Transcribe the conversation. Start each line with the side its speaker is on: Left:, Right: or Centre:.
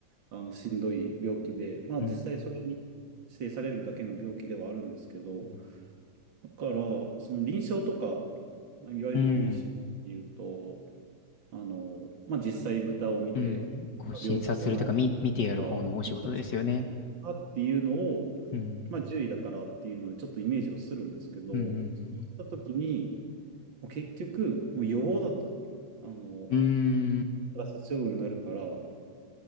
Right: あのしんどい病気で、まあ実際それに指定されるだけの病気ではあるんですけど、
Left: うん、うん、
Right: だから、その臨床とか、いわゆる臨床っていうと、
Left: うん、
Right: あの、まあ実際豚を見て、
Left: うん、こう診察するというか、
Right: 病気を治したりとか、
Left: み、見てやる方のお仕事ですよね。
Right: 自殺したりとかっていうのを、
Left: うん、
Right: まあ獣医だからっていうのでちょっとイメージはするんですけど、
Left: うん、
Right: そうした時に、もう結局、もう予防だと、あの、
Left: うん、うん、
Right: 殺処分になるから、